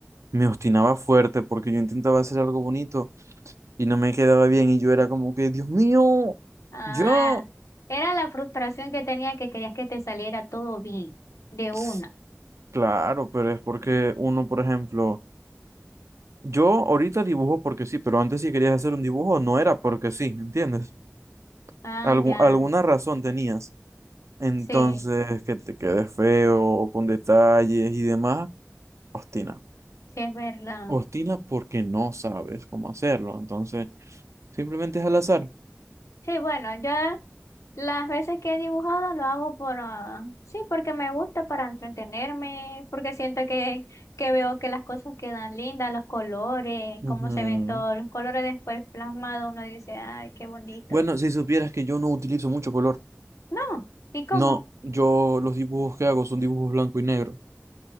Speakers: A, on the right; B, on the left.
A: me obstinaba fuerte porque yo intentaba hacer algo bonito y no me quedaba bien y yo era como que, Dios mío,
B: Ah,
A: yo,
B: era la frustración que tenía que querías que te saliera todo bien, de
A: Ps,
B: una.
A: claro, pero es porque uno, por ejemplo, yo ahorita dibujo porque sí, pero antes si querías hacer un dibujo no era porque sí, ¿entiendes?
B: Ah,
A: Algu-
B: ya,
A: alguna razón tenías. Entonces,
B: sí,
A: que te quedes feo, o con detalles y demás, ostina.
B: sí es verdad.
A: Ostina porque no sabes cómo hacerlo, entonces simplemente es al azar.
B: Sí, bueno, yo las veces que he dibujado lo hago por, ah, sí, porque me gusta para entretenerme, porque siento que, que veo que las cosas quedan lindas, los colores, cómo
A: Ujú.
B: se ven todos los colores después plasmados, uno dice, ay, qué bonito.
A: Bueno, si supieras que yo no utilizo mucho color.
B: No, ¿y cómo?
A: No, yo los dibujos que hago son dibujos blanco y negro. O